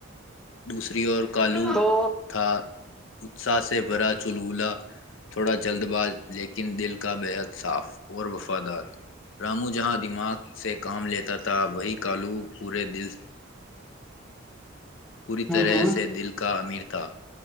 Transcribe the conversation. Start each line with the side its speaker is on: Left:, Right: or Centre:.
Left: دوسری اور کالو
Centre: تو
Left: تھا اتساہ سے برا چلولہ تھوڑا جلد باز لیکن دل کا بیحد صاف اور وفادار رامو ج جہاں دماغ سے کام لیتا تھا وہی کالو پورے دل پوری طرح
Centre: ہوں ہوں
Left: سے دل کا امیر تھا